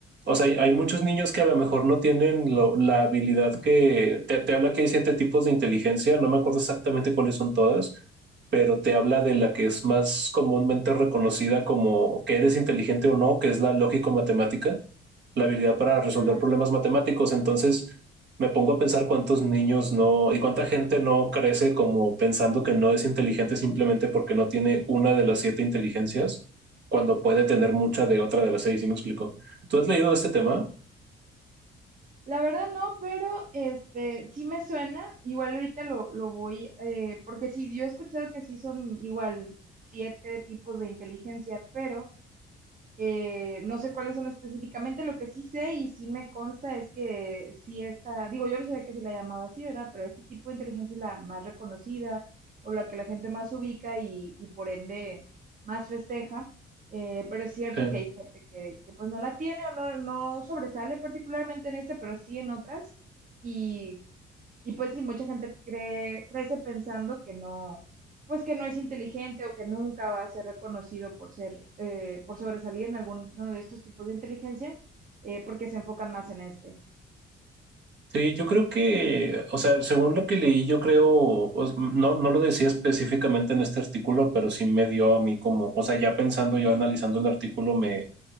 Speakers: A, on the right; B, on the right.
A: o sea, hay, hay muchos niños que a lo mejor no tienen lo- la habilidad que, te, te habla que hay siete tipos de inteligencia, no me acuerdo exactamente cuáles son todas, pero te habla de la que es más comúnmente reconocida como que eres inteligente o no, que es la lógico-matemática la habilidad para resolver
B: Ah,
A: problemas
B: ya.
A: matemáticos. Entonces me pongo a pensar cuántos niños no y cuánta gente no crece como pensando que no es inteligente simplemente porque no tiene una de las siete inteligencias cuando puede tener mucha de otra de las seis. ¿Sí me explico? ¿Tú has leído de este tema?
B: La verdad no, pero este sí me suena. Igual ahorita lo, lo voy, eh, porque sí, yo he escuchado que sí son igual siete tipos de inteligencia, pero Eh, no sé cuáles son específicamente, lo que sí sé y sí me consta es que sí esta, digo, yo no sabía que se la llamaba así, ¿verdad? Pero este tipo de inteligencia es la más reconocida o la que la gente más ubica y, y por ende más festeja. Eh, pero es cierto
A: Eh,
B: que hay gente que, que pues no la tiene o no, no sobresale particularmente en este, pero sí en otras. Y y pues sí, mucha gente cree, crece pensando que no, pues que no es inteligente o que nunca va a ser reconocido por ser, eh, por sobresalir en alguno de estos tipos de inteligencia, eh, porque se enfocan más en este.
A: Sí, yo creo que, o sea, según lo que leí, yo creo, o s- no, no lo decía específicamente en este artículo, pero sí me dio a mí como, o sea, ya pensando yo, analizando el artículo, me